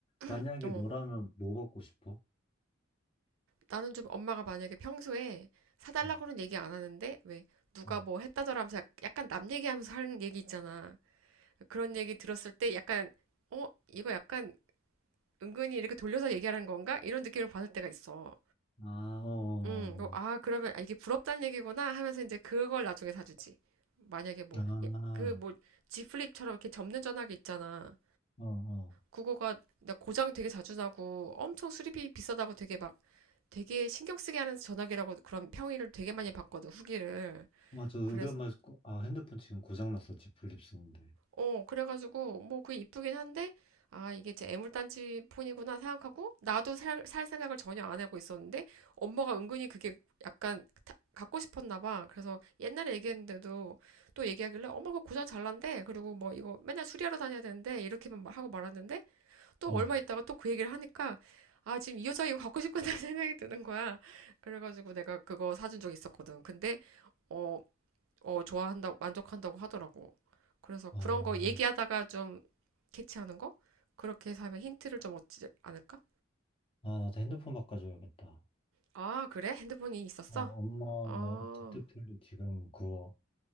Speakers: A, on the left; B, on the right.
A: 만약에
B: 어 어,
A: 너라면 뭐 받고 싶어?
B: 나는 좀 엄마가 만약에 평소에 사달라고는
A: 어,
B: 얘기 안 하는데 왜 누가
A: 어,
B: 뭐 했다더라 하면서 약- 약간 남 얘기하면서 하는 얘기 있잖아. 그런 얘기 들었을 때 약간, 어, 이거 약간 은근히 이렇게 돌려서 얘기하는 건가? 이런 느낌을 받을 때가 있어.
A: 아, 어,
B: 음, 어, 아,
A: 어,
B: 그러면 아, 이게 부럽다는 얘기구나 하면서 이제 그걸 나중에 사주지. 만약에 뭐,
A: 어. 아,
B: 예, 그 뭐, G 플립처럼 이렇게 접는 전화기 있잖아.
A: 어, 어.
B: 그거가 나 고장 되게 자주 나고 엄청 수리비 비싸다고 되게 막 되게 신경 쓰게 하는 전화기라고 그런 평이를 되게 많이 받거든, 후기를.
A: 맞아. 우리
B: 그래서
A: 엄마, 고- 아, 핸드폰 지금 고장났었지. 플립 쓰는데.
B: 어, 그래가지고, 뭐, 그게 이쁘긴 한데, 아, 이게 제 애물단지 폰이구나 생각하고, 나도 살, 살 생각을 전혀 안 하고 있었는데, 엄마가 은근히 그게 약간 타- 갖고 싶었나 봐. 그래서 옛날에 얘기했는데도 또 얘기하길래, 엄마 그거 고장 잘 난대. 그리고 뭐, 이거 맨날 수리하러 다녀야 되는데, 이렇게만 막 하고 말았는데, 또
A: 응.
B: 얼마 있다가 또 그 얘기를 하니까, 아, 지금 이 여자 이거 갖고 싶구나 <laughs> 생각이 드는 거야. 그래가지고 내가 그거 사준 적 있었거든. 근데, 어, 어, 좋아한다고, 만족한다고 하더라고. 그래서
A: 아,
B: 그런 거 얘기하다가 좀 캐치하는 거? 그렇게 해서 하면 힌트를 좀 얻지 않을까?
A: 아, 나도 핸드폰 바꿔줘야겠다.
B: 아, 그래? 핸드폰이 있었어?
A: 어, 엄마,
B: 어,
A: 데드풀 지금 그거,